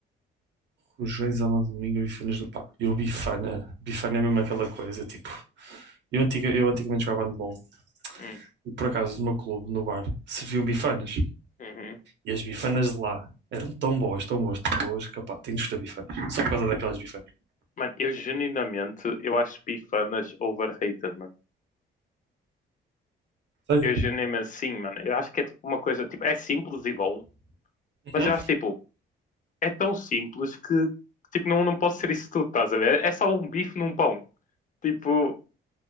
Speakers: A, on the right; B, on the left.
A: Rojões, alma de domingo, bifanas do pá. Eu bifana. Bifana é mesmo aquela coisa, tipo. Eu, antiga, eu antigamente jogava handball
B: Hum,
A: e por acaso no meu clube, no bar, serviam bifanas.
B: uhum.
A: E as bifanas de lá eram tão boas, tão boas, tão boas, que pá, tenho de escolher bifanas. Só por causa daquelas bifanas.
B: Mano, eu genuinamente, eu acho bifanas overrated, mano.
A: Sério?
B: Eu genuinamente, sim, mano. Eu acho que é tipo uma coisa, tipo, é simples e bom. Mas
A: Uhum.
B: eu acho, tipo, é tão simples que tipo, não, não pode ser isso tudo, estás a ver? É só um bife num pão. Tipo,